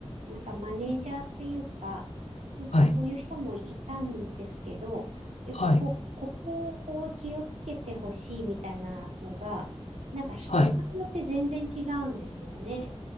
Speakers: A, on the right (about 80°); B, on the left (about 85°).
A: なんかマネージャーっていうか、なんかそういう人もいたんですけど、
B: はい、
A: やっぱこ、
B: はい、
A: ここをこう気をつけてほしいみたいなのが、なんかひ人によって全然違うんですよね。
B: はい。